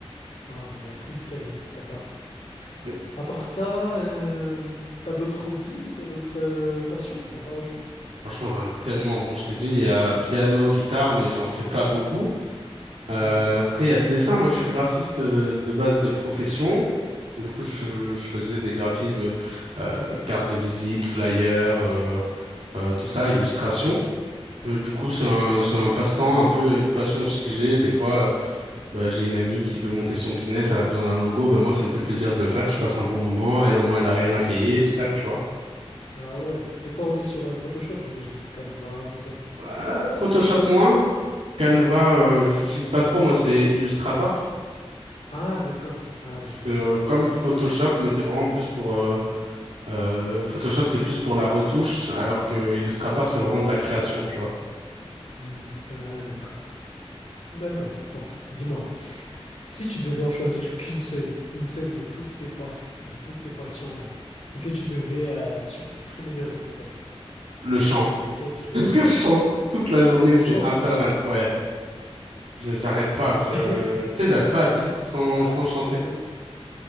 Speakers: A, on the left; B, on the right.
A: Ah, bah merci, c'est très gentil de ta part.
B: Mais
A: À part ça, euh, t'as d'autres hobbies, t'as d'autres euh, passions, à part le chant?
B: franchement, j'en ai tellement. Bon, je t'ai dit, il y a piano, guitare, mais j'en fais pas beaucoup. Euh,
A: Euh,
B: après, il y a le dessin. Moi, je suis graphiste euh, de base de profession. Du coup, je,
A: mhm,
B: je faisais des graphismes, euh, cartes de visite, flyers, euh, euh, tout ça, illustrations. Euh, du coup, c'est
A: mhm.
B: un, c'est un passe-temps, un peu une passion aussi que j'ai. Des fois, euh, bah, j'ai une amie qui veut monter son business, elle a besoin d'un logo. Ben moi, ça me fait plaisir de le faire. Je passe un bon moment. Elle, au moins, elle a rien à payer, tout ça, tu vois.
A: Ah ouais, t'es fort aussi sur euh, Photoshop, j'imagine. Canva, tout ça.
B: Euh, Photoshop moins. Canva, euh, j'utilise pas trop. Moi, c'est Illustrator.
A: Ah d'accord, ah
B: C'est,
A: d'accord.
B: euh, comme Photoshop, mais c'est vraiment plus pour euh, Euh, Photoshop, c'est plus pour la retouche, alors que Illustrator, c'est vraiment de la création, tu vois.
A: Hmm. Ah, d'accord. D'accord. Bon, dis-moi, si tu devais en choisir qu'une seule, une seule de toutes ces pass- de toutes ces passions-là, et que tu devais euh, supprimer le reste,
B: Le chant.
A: lequel tu choisirais?
B: Est-ce que je chante toute la journée? C'est
A: Le chant.
B: infernal. Ouais, Je- j'arrête pas. Je...
A: <laughs>
B: Tu sais, j'arrive pas à vivre sans,
A: Ah,
B: sans
A: mais c'est
B: chanter.
A: très bien.